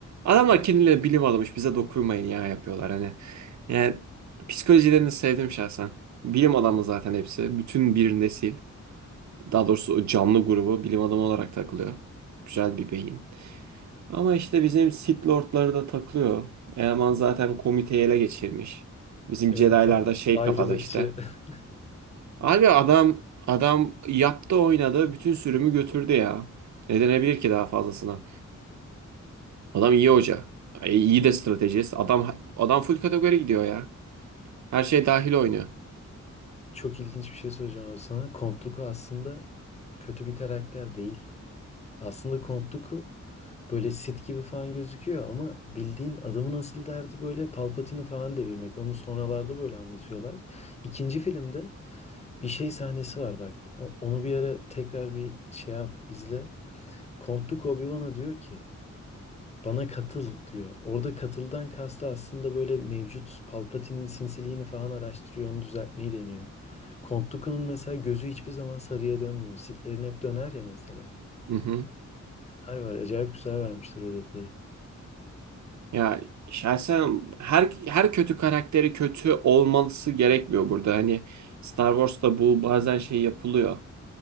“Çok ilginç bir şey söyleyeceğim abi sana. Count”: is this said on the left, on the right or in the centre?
Left